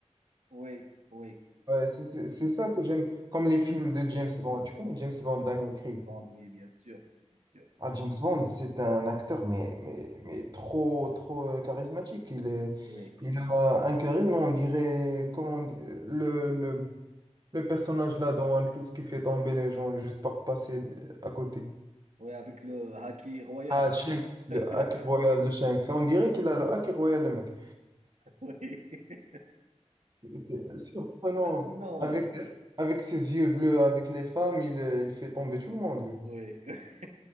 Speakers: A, on the right; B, on the right.
A: Oui, oui,
B: Ouais, c'est
A: oui.
B: c'est- c'est ça que j'aime, comme les films de James Bond. Tu connais James Bond, Daniel Craig?
A: James Bond, oui, bien sûr, bien sûr.
B: Ah, James Bond, c'est un acteur, mais, mais, mais trop, trop euh, charismatique. Il est,
A: Oui,
B: il a
A: oui.
B: un charisme, on dirait, comment on dit- le, le Le personnage là dans One Piece qui fait tomber les gens juste par passer à côté.
A: Oui, avec le haki royal.
B: Ah, Shanks. Le
A: <laughs>
B: hack royal de Shanks. On dirait qu'il a le hack royal, le mec.
A: Oui.
B: C'est surprenant.
A: Ben sinon,
B: Avec, avec ses yeux bleus, avec les femmes, il, euh, il fait tomber tout le monde, lui.
A: oui. <laughs>